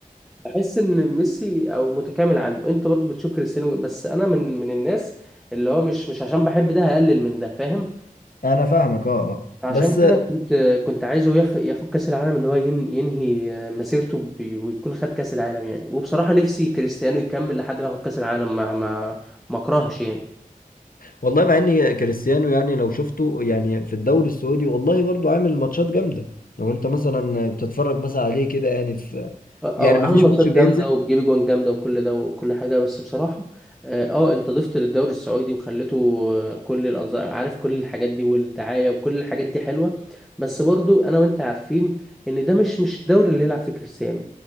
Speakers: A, in the centre; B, on the left.
A: بحس ان ميسي او متكامل عنه انت برضو بتشوف كريستيانو بس انا من من الناس اللي هو مش مش عشان بحب ده هقلل من ده فاهم
B: انا فاهمك اه اه
A: فعشان
B: بس
A: كده
B: آه،
A: كنت كنت عايزه ياخ- ياخد كأس العالم اللي هو ين- ينهي مسيرته بي- ويكون خد كأس العالم يعني وبصراحة نفسي كريستيانو يكمل لحد ما ياخد كأس العالم ما ما ما اكرهش يعني
B: والله مع ان كريستيانو يعني لو شفته يعني في الدوري السعودي والله برضو عامل ماتشات جامده لو انت مثلا بتتفرج مثلا عليه كده يعني في
A: اه
B: يعني
A: هو
B: مفيش
A: عامل ماتشات
B: ماتش بينزل
A: جامدة وبيجيب اجوان جامدة وكل ده وكل حاجة بس بصراحة اه آه، انت ضفت للدوري السعودي وخليته آه، كل الانظار عارف كل الحاجات دي والدعاية وكل الحاجات دي حلوة بس برضو انا وانت عارفين ان ده مش مش الدوري اللي يلعب فيه كريستيانو